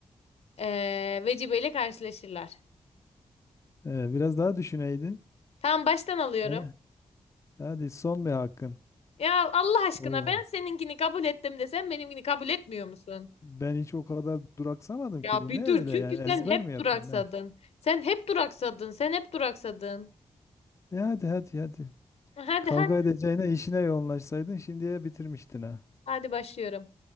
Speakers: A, on the left (about 75°); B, on the left (about 30°).
A: eee Vecibe ile karşılaşırlar.
B: Ee, biraz daha düşüneydin.
A: Tamam baştan alıyorum.
B: He? Hadi son bir hakkın.
A: Ya Allah aşkına
B: O-
A: ben seninkini kabul ettim de sen benimkini kabul etmiyor musun?
B: Ben hiç o kadar duraksamadım
A: Ya
B: ki bu
A: bir
B: ne öyle
A: dur çünkü
B: yani
A: sen
B: ezber
A: hep
B: mi yapıyorsun
A: duraksadın.
B: ne yapıyorsun?
A: Sen hep duraksadın. Sen hep duraksadın.
B: E hadi hadi hadi.
A: Hadi
B: Kavga
A: hadi.
B: edeceğine işine yoğunlaşsaydın şimdiye bitirmiştin ha.
A: Hadi başlıyorum.